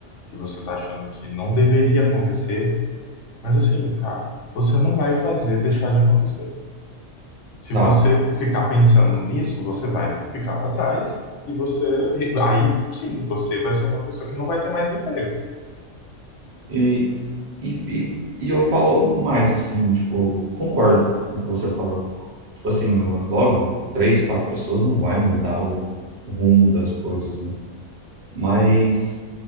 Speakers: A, on the left (about 75°); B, on the right (about 60°).
A: que você tá achando que não deveria acontecer, mas assim, cara, você não vai fazer deixar de acontecer. Se
B: Tá,
A: você ficar pensando nisso, você vai ficar para trás e você aí sim, você vai ser uma pessoa que não vai ter mais emprego.
B: E, e, e, e eu falo mais, assim, tipo, concordo com o que você falou. Tipo assim, ó, óbvio, três, quatro pessoas não vai mudar o, o rumo das coisas, né? Mas,